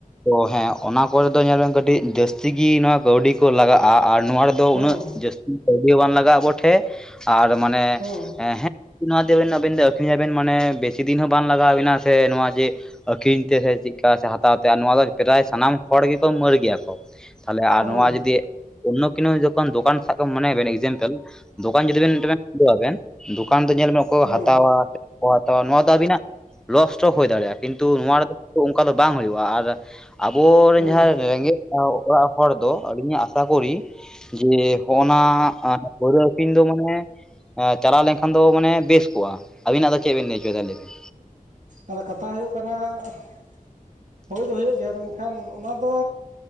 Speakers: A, in the centre; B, on the right (about 60°).
A: ᱛᱚ ᱦᱮᱸ ᱚᱱᱟ ᱠᱚᱨᱮ ᱫᱚ ᱧᱮᱞ ᱵᱮᱱ ᱠᱟᱹᱴᱤᱡ ᱡᱟᱹᱥᱛᱤ ᱜᱮ ᱱᱚᱣᱟ ᱠᱟᱹᱣᱰᱤ ᱠᱚ ᱞᱟᱜᱟᱜᱼᱟ ᱟᱨ ᱱᱚᱣᱟ ᱨᱮᱫᱚ ᱫᱚ
B: ᱦᱮᱸ
A: ᱩᱱᱟᱹᱜ ᱡᱟᱹᱥᱛᱤ ᱠᱟᱹᱣᱰᱤ ᱦᱚ ᱵᱟᱝ ᱞᱟᱜᱟᱜᱼᱟ ᱟᱵᱚ ᱴᱷᱮᱡ ᱾ ᱟᱨ ᱢᱟᱱᱮ
B: ᱦᱮᱸ
A: ᱦᱮᱸ ᱱᱚᱣᱟ ᱛᱮᱵᱮᱱ ᱟᱵᱤᱱ ᱫᱚ ᱟᱹᱠᱷᱨᱤᱧᱟᱵᱮᱱ, ᱢᱟᱱᱮ ᱵᱮᱥᱤ ᱫᱤᱱ ᱦᱚᱸ ᱵᱟᱝ ᱞᱟᱜᱟᱣᱵᱮᱱᱟ ᱥᱮ ᱱᱚᱣᱟ ᱡᱮ ᱟᱠᱷᱨᱤᱧ ᱛᱮ ᱥᱮ ᱪᱮᱫᱠᱟ, ᱥᱮ ᱦᱟᱛᱟᱣ ᱛᱮ ᱱᱚᱣᱟ ᱫᱚ ᱱᱟᱯᱟᱭ ᱥᱟᱱᱟᱢ ᱦᱚᱲ ᱜᱮᱠᱚ ᱢᱟᱹᱨ ᱜᱮᱭᱟ ᱠᱚ ᱛᱟᱦᱚᱞᱮ ᱟᱨ
B: ᱦᱮᱸ
A: ᱱᱚᱣᱟ ᱡᱩᱫᱤ ᱚᱱᱱᱚ ᱠᱳᱱᱳ ᱡᱚᱠᱟᱱ ᱫᱚᱠᱟᱱ ᱥᱟᱵᱠᱟᱜ ᱢᱚᱱᱮ ᱵᱮᱱ ᱮᱠᱡᱟᱢᱯᱮᱞ ᱫᱚᱠᱟᱱ ᱡᱩᱫᱤ ᱵᱮᱱ ᱢᱤᱫᱴᱮᱱ ᱵᱮᱱ ᱠᱷᱩᱞᱟᱹᱣ ᱟᱵᱮᱱ ᱾ ᱫᱚᱠᱟᱱ ᱫᱚ ᱧᱮᱞ ᱵᱮ ᱚᱠᱚᱭ ᱠᱚ
B: ᱦᱮᱸ ᱦᱮᱸ
A: ᱦᱟᱛᱟᱣᱟ ᱚ ᱛᱚ ᱱᱚᱣᱟ ᱫᱚ ᱟᱹᱵᱤᱱᱟᱜ ᱞᱚᱥᱴ ᱦᱚᱸ ᱦᱩᱭ ᱫᱟᱲᱮᱭᱟᱜᱼᱟ ᱾ ᱠᱤᱱᱛᱩ ᱱᱚᱣᱟ ᱨᱮᱫᱚ ᱚᱱᱠᱟ ᱫᱚ ᱵᱟᱝ ᱦᱩᱭᱩᱜᱼᱟ ᱾ ᱟᱨ ᱟᱵᱚᱨᱮᱱ
B: ᱦᱮᱸ ᱦᱮᱸ
A: ᱡᱟᱸᱦᱟ ᱨᱮᱸᱜᱮᱡ ᱚᱲᱟᱜ ᱦᱚᱲ ᱫᱚ ᱟᱹᱞᱤᱧᱟᱜ ᱟᱥᱟᱠᱚᱨᱤ ᱡᱮ ᱦᱚᱜᱼ ᱱᱟ, ᱯᱟᱹᱣᱟᱹ ᱟᱠᱷᱨᱤᱧ ᱫᱚ ᱢᱟᱱᱮ ᱪᱟᱞᱟᱣ ᱞᱮᱱᱠᱷᱟᱱ ᱫᱚ ᱢᱟᱱᱮ ᱵᱮᱥ ᱠᱚᱜᱼᱟ ᱾ ᱟᱵᱤᱱᱟᱜ ᱫᱚ ᱪᱮᱫ ᱵᱤᱱ ᱞᱟᱹᱭᱪᱚᱭᱮᱫᱟ ᱞᱟᱹᱭᱵᱮᱱ?
B: ᱟᱫᱚ ᱠᱟᱛᱷᱟ ᱦᱩᱭᱩᱜ ᱠᱟᱱᱟ ᱾ ᱦᱩᱭ ᱫᱚ ᱦᱩᱭᱩᱜ ᱜᱮᱭᱟ ᱢᱮᱱᱠᱷᱟᱱ ᱚᱱᱟ ᱫᱚ,